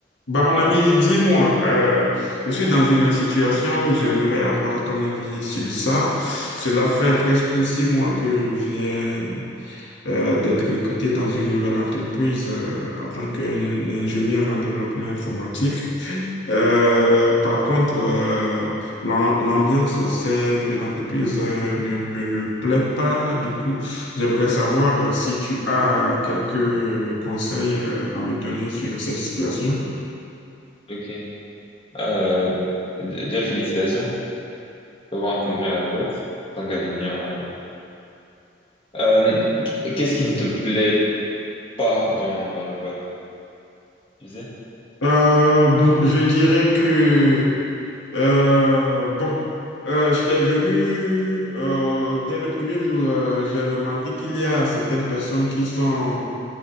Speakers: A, on the left; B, on the left.
A: Bah, mon ami, dis-moi, euh, je suis dans une situation où j'aimerais avoir ton avis sur ça. Cela fait presque six mois que je viens euh, d'être recruté dans une nouvelle entreprise euh, en tant qu'ingénieur en développement informatique. Euh, par contre, euh, l'am- l'ambiance au sein de l'entreprise euh, ne me plaît pas. Du coup, J'aimerais savoir euh, si tu as quelques conseils euh, à me donner sur cette situation.
B: Ok. Euh, d- déjà, félicitations d'avoir intégré la boîte en tant qu'ingénieur. euh. Euh, qu- qu'est-ce qui ne te plaît pas dans, dans la boîte, tu sais?
A: Euh, bon, je dirais que, euh, bon, euh, j'étais venu euh, dès le premier jour, euh, j'ai remarqué qu'il y a certaines personnes qui sont